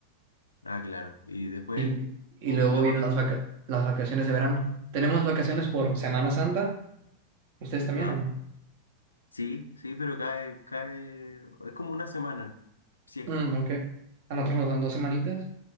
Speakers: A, on the left (about 80°); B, on the right (about 50°).
A: Ah, claro. Y después
B: Y, y
A: oh,
B: luego
A: las
B: vienen
A: vacaciones.
B: las vaca- las vacaciones de verano. Tenemos vacaciones por Semana Santa. ¿Ustedes también
A: Ah,
B: o no?
A: sí, sí, pero cae, cae, es como una semana, si es
B: Mm,
A: que.
B: ok. A nosotros nos dan dos semanitas